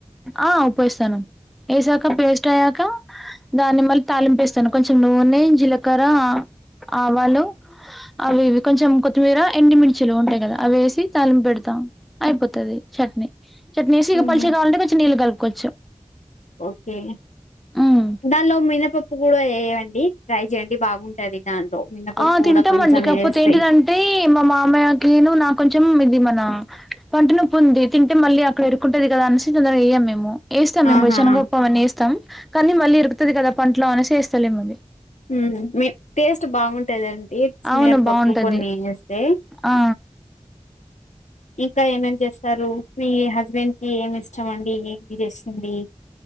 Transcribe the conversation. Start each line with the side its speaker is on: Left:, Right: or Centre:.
Centre: ఆ ఉప్పేస్తాను ఏసాక పేస్టైయ్యాక దాన్ని మళ్ళీ తాళింపేస్తాను కొంచెం నూనె జీలకరా ఆవాలు అవ్వివ్వి కొంచెం కొత్తిమీర ఎండిమిర్చీలు ఉంటై కదా అవేసి తాలింపు పెడుతా అయిపోతది చట్నీ చట్నేసి ఇగ
Left: మ్మ్
Centre: పల్చగాలంటే కొంచం నీళ్లు కల్పుకోచ్చు
Left: ఓకే
Centre: ఉమ్
Left: దాంలో మినపప్పు కూడా ఏయండి ట్రై చేయండి బాగుంటది దాంట్లో మినపప్పు
Centre: ఆ తింటామండి
Left: కూడా కొంచెం
Centre: కాక్పోతే
Left: వేస్తే
Centre: ఏంటిదంటే మా మామయ్యకీను నాక్కొంచెం ఇది మన పంటినొప్పుంది తింటే మళ్ళీ అక్కడ ఇరుక్కుంటది కదా అనేసి కొంత ఎయ్యం మేము ఏస్తాం మేము
Left: ఆహా
Centre: కూడా చెనగ పప్పవన్నీ ఏస్తాం కానీ మళ్ళీ ఇరుక్కుతది కదా పంట్లో అనేసి ఏస్తాలేం మేం
Left: మ్ మీ టేస్ట్ బాగుంటాదండి శనగ
Centre: అవును
Left: పప్పు
Centre: బాగుంటది
Left: కొన్ని ఏస్తే
Centre: ఆ
Left: ఇంకా ఏమేం చేస్తారు మీ హస్బెండ్కి ఏమిష్టం అండి మీరు చేసింది